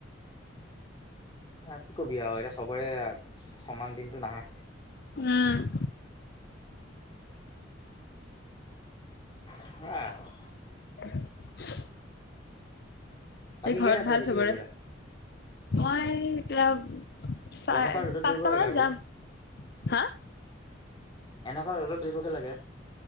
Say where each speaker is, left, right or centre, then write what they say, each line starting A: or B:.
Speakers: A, on the left; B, on the left.
A: কি কবি আও এতিয়া সবৰে সমান দিনটো নাহে।
B: উম
A: সেয়াই আৰু
B: <inaudible> বাকী ঘৰত
A: কেইটাত
B: ভাল
A: যাবি
B: সবৰে
A: দৌৰিবলে
B: মই এতিয়াও। চাৰে
A: এনেকুৱা ৰ'দত দৌৰিব
B: পাঁচটা
A: লাগে
B: মানত
A: আকৌ
B: যাম হা।
A: এনেকুৱা ৰ'দত দৌৰিব গৈ লাগে?